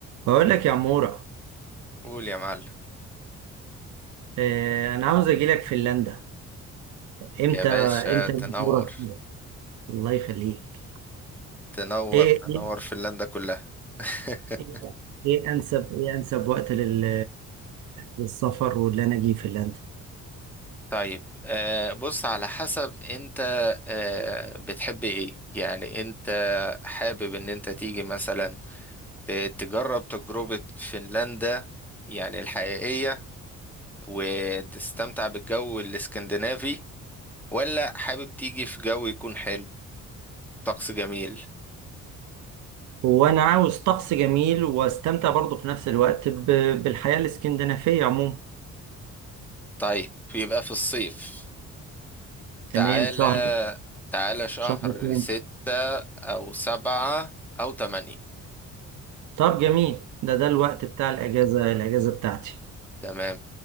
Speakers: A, on the right; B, in the centre.
A: بقول لك يا عمورة
B: قول يا معلم
A: آه، انا عاوز اجي لك فنلندا امتى
B: يا باشا
A: امتى
B: تنور
A: دورك الله يخليك
B: تنور
A: ايه
B: تنور
A: ايه
B: فنلندا كلها <laughs>
A: ايه إيه انسب ايه انسب وقت لل للسفر واللي انا اجي فنلندا
B: طيب آه بص على حسب انت آه بتحب ايه يعني انت حابب ان انت تيجي مثلا ت- تجرب تجربة فنلندا يعني الحقيقية وتستمتع بالجو الاسكندنافي ولا حابب تيجي في جو يكون حلو طقس جميل
A: هو انا عاوز طقس جميل واستمتع برضه في نفس الوقت ب... بالحياة الاسكندنافية عموما
B: طيب يبقى في الصيف
A: تمام
B: تعالى
A: شهر
B: تعالى شهر
A: شهر كام
B: ستة أو سبعة أو تمانية
A: طب جميل ده ده الوقت بتاع الاجازة الاجازة بتاعتي
B: تمام